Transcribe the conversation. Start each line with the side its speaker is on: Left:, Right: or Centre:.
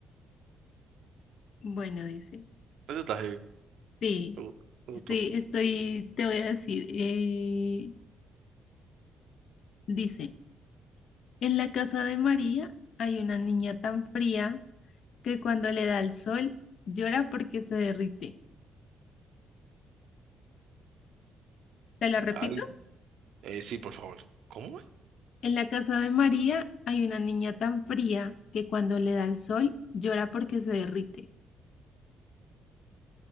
Left: bueno, dice.
Right: ¿Dónde estás, Javi?
Left: Sí,
Right: Pregun- Preguntó.
Left: estoy, estoy, te voy a decir. eh, dice, en la casa de María hay una niña tan fría que cuando le da el sol llora porque se derrite. ¿Te lo repito?
Right: Ay, eh, sí, por favor. ¿Cómo es?
Left: En la casa de María hay una niña tan fría que cuando le da el sol llora porque se derrite.